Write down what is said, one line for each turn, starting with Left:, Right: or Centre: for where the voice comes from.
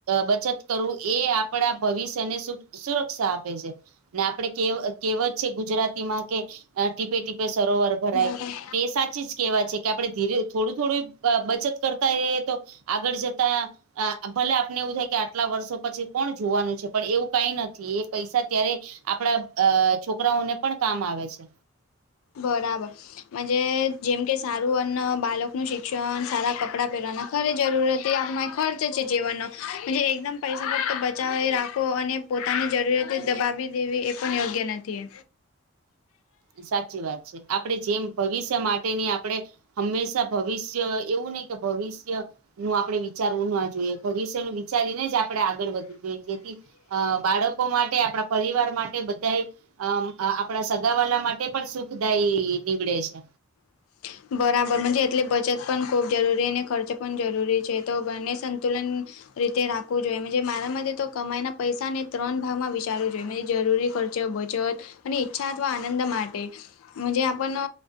Right: બચત કરવું એ આપણા ભવિષ્યને શું સુરક્ષા આપે છે. ને આપડે કહેવત છે ગુજરાતીમાં કે ટીપે ટીપે સરોવર ભરાય
Left: બરાબર
Right: તે સાચીજ કેવા છે કે આપડે ધીરે થોડું થોડું બચત કરતા રહીએ તો આગળ જતા આ ભલે આપને એવું થાય કે આટલા વર્ષો પછી કોણ જોવાનું છે પણ એવું કઈ નથી એ પૈસા ત્યારે આપણા અ છોકરાઓને પણ કામ આવે છે.
Left: બરાબર. માન્જે જેમ કે સારું અને બાળકનું શિક્ષણ સારા કપડાં પહેરવાના ખરી જરૂરત એ આપણા ખર્ચ છે જીવનનો જે એકદમ પૈસા ફક્ત બચાવી રાખો અને પોતાની જરૂરિયાતો દબાવી દેવી એ પણ યોગ્ય નથી.
Right: સાચી વાત છે આપડે જેમ ભવિષ્ય મા તેની આપણે હંમેશા ભવિષ્ય એવું નહી કે ભવિષ્ય નું આપણે વિચારવું ના જોઈએ ભવિષ્યનું વિચારી ને જ આપણે આગળ વધવું જોઈએ જેથી અ બાળકો માટે આપણા પરિવાર માટે બધાએ અ આપણા સ સગાવાળા માટે પણ સુખદાયી નીવડે છે.
Left: <inaudible> બરાબર મનજે એટલે બચત પણ ખૂબ જરૂરી અને ખર્ચ પણ જરૂરી છે તો બંને સંતુલન રીતે રાખવું જોઈએ મનજે મારા મતે તો કમાઈના પૈસાને ત્રણ ભાગમાં વિચારવું જોઈએ એમાં જરૂરી ખ ચો બચત અને ઈચ્છા અથવા આનંદ માટે મનજે આપને